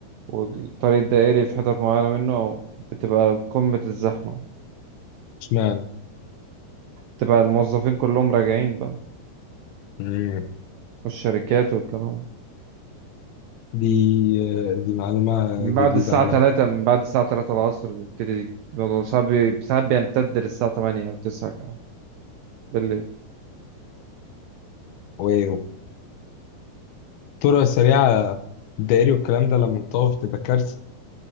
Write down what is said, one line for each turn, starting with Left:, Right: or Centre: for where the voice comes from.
Right: والطريق الدائري في حتت معينه منه بتبقى قمه الزحمه
Left: اشمعنى
Right: بتبقى الموظفين كلهم راجعين بقى
Left: امم
Right: والشركات والكلام
Left: دي دي معلومه
Right: من
Left: جديده
Right: بعد الساعة
Left: عليا
Right: 3 من بعد الساعة 3 العصر بيبتدي الموضوع صعب بي- ساعات بيمتد للساعة 8 أو 9 كمان بالليل
Left: واو الطرق السريعه الدائري والكلام ده لما بتقف تبقى كارثه